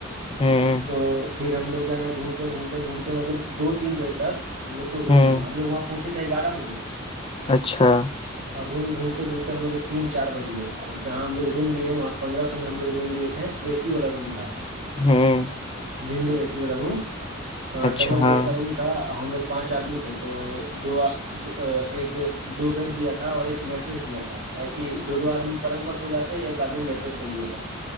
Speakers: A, on the left; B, on the right.
A: ہوں
B: تو پھر ہم لگ گئے ہیں ڈھونڈتے ڈھونڈتے ڈونڈتے مطلب دو تین بجے تک ہم لو کو روم
A: ہوں
B: ملا ہم لوگ وہاں پہنچ تھ گارہ بجے
A: اچھا
B: اور روم ڈھونڈتے ڈھونڈتے ہم لوگ تین چار بج گیا اور جہاں ہم لوگ روم لیے وہاں پندرہ سو میں ہم لگ روم لیے تھے اے سی والا روم تھا
A: ہوں
B: ونڈو اے سی والا روم ہ
A: اچھا
B: ڈبل بیڈ
A: ہاں
B: کا روم تھا ہم لوگ پانچ آدمی تھے تو دو ایک دو بیڈ دیا تھا اور ایک میٹرس دیا تھا کہ دو دو آدمی پلنگ پر سواتے ایک آدمی میٹریس پہ دیا تھا